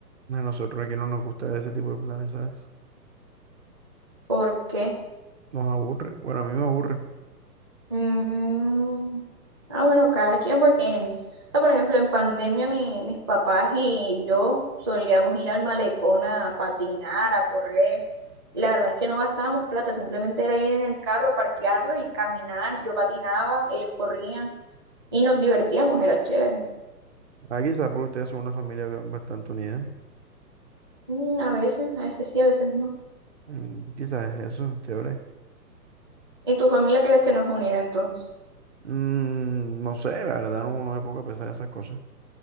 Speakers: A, on the right; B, on the right.
A: A nosotros aquí no nos gusta ese tipo de planes, ¿sabes?
B: ¿Por qué?
A: Nos aburre. Bueno, a mí me aburre.
B: Mm, ah, bueno, cada quien, porque, en- o sea, por ejemplo, en pandemia mi- mis papás y yo solíamos ir al malecón a patinar, a correr, y la verdad es que no gastábamos plata, simplemente era ir en el carro, parquearlo y caminar. Yo patinaba, ellos corrían y nos divertíamos, era chévere.
A: Ah, quizás por ustedes son una familia ba- bastante unida.
B: Mm, a veces, a veces sí, a veces no.
A: Mm, quizás es eso, chévere.
B: ¿Y tu familia crees que no es unida entonces?
A: Mm, no sé, la verdad no, no me pongo a pensar en esas cosas.